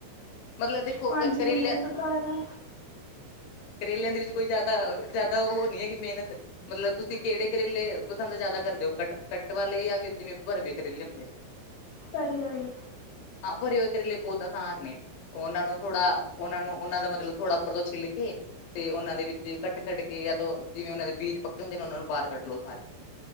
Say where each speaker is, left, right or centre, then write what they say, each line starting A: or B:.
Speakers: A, on the left (about 75°); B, on the left (about 85°).
A: ਮਤਲਬ
B: ਪੰਜ
A: ਕੇ ਕਰੇਲ
B: ਮਹੀਨੇ ਤੋਂ ਘਰ ਆ
A: ਕਰੇਲਿਆਂ ਦੇ ਵਿੱਚ ਕੋਈ ਜ਼ਿਆਦਾ, ਜ਼ਿਆਦਾ ਉਹ ਨੀ ਹੈਗੀ ਮਿਹਨਤ। ਮਤਲਬ ਤੁਸੀਂ ਕਿਹੜੇ ਕਰੇਲੇ ਪਸੰਦ ਜ਼ਿਆਦਾ ਕਰਦੇ ਹੋ? ਕੱ, ਕੱਟ ਵਾਲੇ ਯਾ ਫਿਰ ਜਿਵੇਂ ਭਰਵੇ ਕਰੇਲੇ ਹੁੰਦੇ।
B: ਭਰੇ ਹੋਏ।
A: ਹਾਂ, ਭਰੇ ਹੋਏ ਕਰੇਲੇ ਬਹੁਤ ਅਸਾਨ ਨੇ। ਉਹਨਾਂ ਨੂੰ ਥੋੜਾ, ਉਹਨਾਂ ਨੂੰ ਉਹਨਾਂ ਦਾ ਮਤਲਬ, ਥੋੜਾ ਉੱਪਰ ਤੋਂ ਛਿੱਲਕੇ ਤੇ ਉਹਨਾਂ ਦੇ ਵਿੱਚ ਕੱਟ-ਕੱਟ ਕੇ, ਯਾ ਤੋ ਜਿਵੇਂ ਉਹਨਾਂ ਦੇ ਬੀਜ ਪੱਕੇ ਹੁੰਦੇ ਨੇ, ਉਹਨਾਂ ਨੂੰ ਬਾਹਰ ਕੱਢ ਲਓ ਸਾਰੇ।